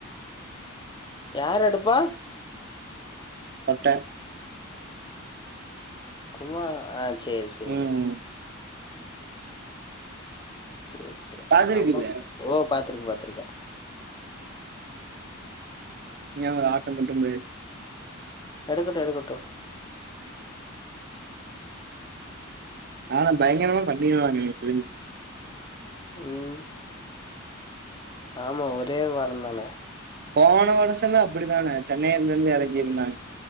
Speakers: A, on the left; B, on the right.
A: யாரெடுப்பா
B: சாப்ட்ட
A: குமா ஆ சேரி சேரி
B: ம்
A: சேரி சேரி
B: பாத்துருக்குல்ல
A: ந நம்ம ஓ பாத்ருக்க பாத்ருக்க
B: இங்கயே ஆட்டொ போட்டு பொய்ரு
A: எடுக்கட்டு எடுக்கட்டு
B: ஆனா பயங்கரமா பண்ணிடுவாங்க எனக்கு தெரிஞ்சு
A: ம் ஆமா ஒரே வாரந்தானே
B: போன வருஷமே அப்பிடித்தானே சென்னையிலருந்து இறங்கியிருந்தாங்க